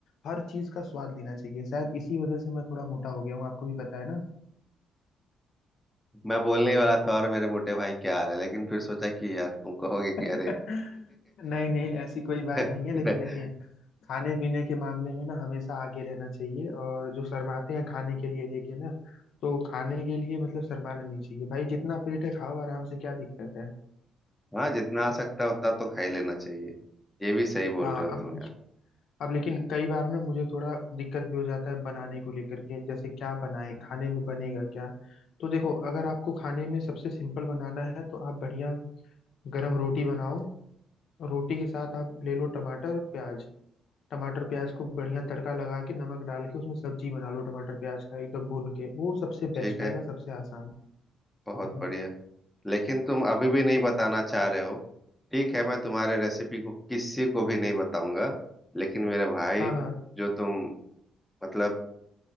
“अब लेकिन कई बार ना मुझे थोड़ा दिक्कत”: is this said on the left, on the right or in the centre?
Left